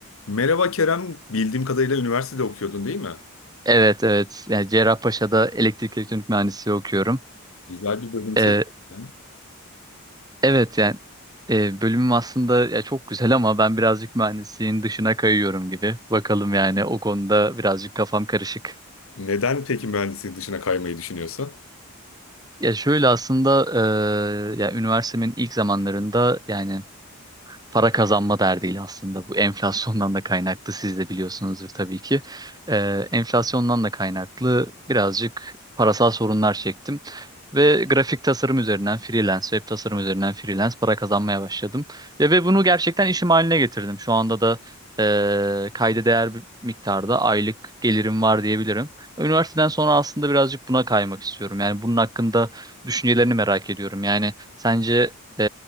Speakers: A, on the left; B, on the right.
A: Merhaba Kerem, bildiğim kadarıyla üniversitede okuyordun değil mi?
B: Evet evet. Yani Cerrahpaşa'da elektrik elektronik mühendisliği okuyorum.
A: Güzel bir bölüm
B: Ee,
A: seçtin.
B: evet yani e, bölümüm aslında ya çok güzel ama ben birazcık mühendisliğin dışına kayıyorum gibi. Bakalım yani o konuda birazcık kafam karışık.
A: Neden peki mühendislik dışına kaymayı düşünüyorsun?
B: Ya şöyle aslında e, ya üniversitemin ilk zamanlarında yani para kazanma derdiyle aslında bu enflasyondan da kaynaklı siz de biliyorsunuzdur tabii ki. Ee, enflasyondan da kaynaklı birazcık parasal sorunlar çektim. Ve grafik tasarım üzerinden freelance, web tasarım üzerinden freelance para kazanmaya başladım. Ve, ve bunu gerçekten işim haline getirdim. Şu anda da e, kayda değer bir miktarda aylık gelirim var diyebilirim. Üniversiteden sonra aslında birazcık buna kaymak istiyorum. Yani bunun hakkında düşüncelerini merak ediyorum. Yani sence ee,